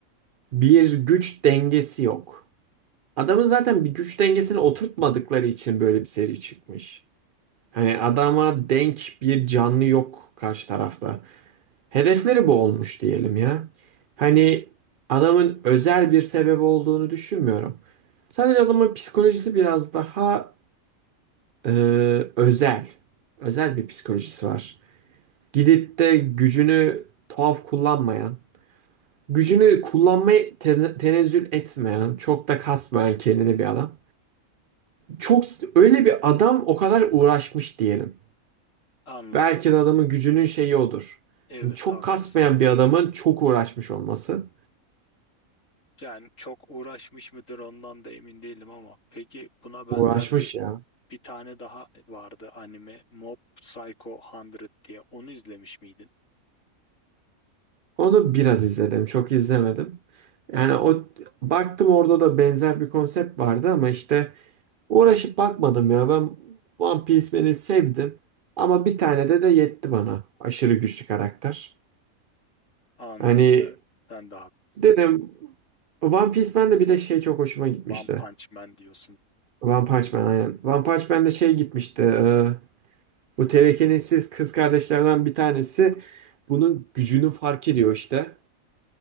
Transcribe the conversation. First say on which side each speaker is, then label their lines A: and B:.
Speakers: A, on the right (about 75°); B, on the left (about 60°).
A: bir güç dengesi yok. Adamın zaten bir güç dengesini oturtmadıkları için böyle bir seri çıkmış. Hani adama denk bir canlı yok karşı tarafta. Hedefleri bu olmuş diyelim ya. Hani adamın özel bir sebebi olduğunu düşünmüyorum. Sadece adamın psikolojisi biraz daha e, özel. Özel bir psikolojisi var. Gidip de gücünü tuhaf kullanmayan, gücünü kullanmaya teze- tenezzül etmeyen, çok da kasmayan kendini bir adam. Çok öyle bir adam o kadar uğraşmış diyelim.
B: anladım.
A: Belki
B: Evet,
A: de adamın gücünün şeyi odur.
B: evet
A: Hani Çok
B: haklısın.
A: kasmayan bir adamın çok uğraşmış olması.
B: Yani çok uğraşmış mıdır ondan da emin değilim ama peki buna benzer
A: Uğraşmış
B: bir
A: ya.
B: bir tane daha vardı anime Mob Psycho 100 diye. Onu izlemiş miydin?
A: Onu biraz izledim, çok izlemedim. Yani o baktım orada da benzer bir konsept vardı ama işte uğraşıp bakmadım ya. Ben One Piece Man'i sevdim ama bir tane de de yetti bana. Aşırı güçlü karakter.
B: Anladım
A: Hani
B: evet. Sen de haklısın.
A: dedim One Piece Man'de bir de şey çok hoşuma gitmişti.
B: One Punch Man diyorsun.
A: One Punch Man aynen. One Punch Man'de şey gitmişti. e, bu telekinesiz kız kardeşlerden bir tanesi bunun gücünü fark ediyor işte.